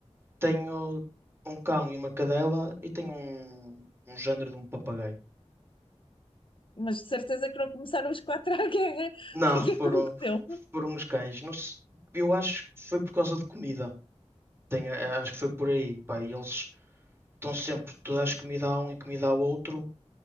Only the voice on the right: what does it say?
Tenho um cão e uma cadela e tenho um, um género de um papagaio.
Não,
<laughs> foram,
foram os cães. Não se- eu acho que foi por causa de comida. Tem, a- acho que foi por aí, pá. E eles estão sempre, tu dás comida a um e comida ao outro.